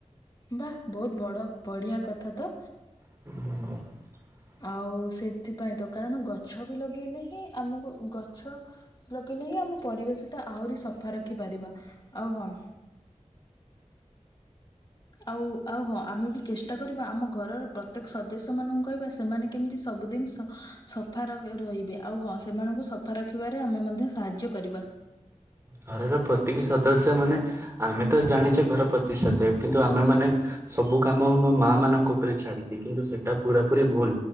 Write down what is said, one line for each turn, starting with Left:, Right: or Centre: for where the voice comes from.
Left: ବା ବହୁତ ବଡ଼ ବଢ଼ିଆ କଥା ତ।
Right: <inaudible>
Left: ଆଉ ସେଥିପାଇଁ ତ କାରଣ ଗଛ ବି ଲଗେଇଲେ ହିଁ ଆମକୁ ଗଛ ଲଗେଇଲେ ହିଁ ଆମ ପରିବେଶଟା ଆହୁରି ସଫା ରଖିପାରିବା ଆଉ ହଁ ଆଉ ଆଉ ହଁ ଆମେ ବି ଚେଷ୍ଟା କରିବା ଆମ ଘରର ପ୍ରତ୍ୟେକ ସଦସ୍ୟ ମାନଙ୍କୁ କହିବା ସେମାନେ କେମିତି ସବୁଦିନ ସଫା ରହିବେ ଆଉ ହଁ ସେମାନଙ୍କୁ ସଫା ରଖିବାରେ ଆମେ ମଧ୍ୟ ସାହାଯ୍ୟ କରିବା।
Right: ଘରର ପ୍ରତିକ ସଦସ୍ୟମାନେ ଆମେ ତ ଜାଣିଛେ ଘର ପ୍ରତି ସଦୟ କିନ୍ତୁ ଆମେମାନେ ସବୁ କାମ ମୋ ମା ମାନଙ୍କ ଉପରେ ଛାଡିଛି କିନ୍ତୁ ସେଟା ପୁରା ପୁରି ଭୁଲ।